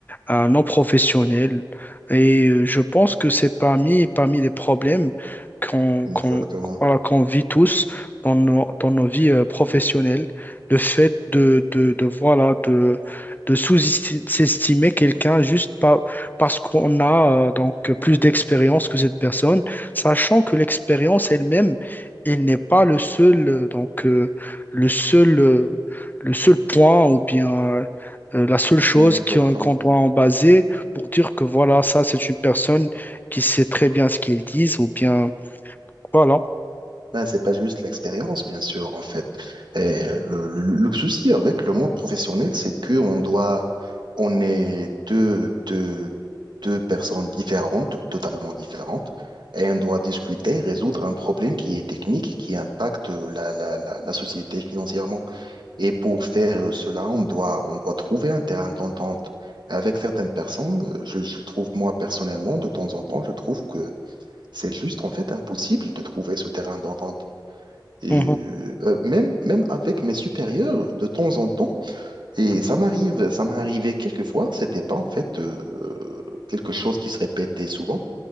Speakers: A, on the left (about 25°); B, on the right (about 75°).
A: euh, non professionnelle. Et euh, je pense que c'est parmi, parmi les problèmes qu'on
B: exactement,
A: qu'on voilà, qu'on vit tous dans nos, dans nos vies euh, professionnelles, le fait de, de, de, voilà, de de sous-estimer quelqu'un juste par- parce qu'on a euh, donc plus d'expérience que cette personne, sachant que l'expérience elle-même, elle n'est pas le seul euh, donc euh, le seul euh, le seul point ou bien euh, la seule chose
B: exactement.
A: qu'on qu'on doit en baser pour dire que voilà, ça c'est une personne qui sait très bien ce qu'elle dit ou bien voilà.
B: Ben, c'est pas juste l'expérience, bien sûr, en fait. Et le, le- le souci avec le monde professionnel, c'est que on doit, on est deux, deux, deux personnes différentes, totalement différentes, et on doit discuter, résoudre un problème qui est technique, qui impacte la, la, la, la société financièrement. Et pour faire cela, on doit, on doit trouver un terrain d'entente. Avec certaines personnes, je, je trouve, moi, personnellement, de temps en temps, je trouve que c'est juste, en fait, impossible de trouver ce terrain d'entente. Et
A: Mhm.
B: euh, euh, même, même avec mes supérieurs, de temps en temps, et ça m'arrive, ça m'est arrivé quelques fois, c'était pas en fait euh, quelque chose qui se répétait souvent,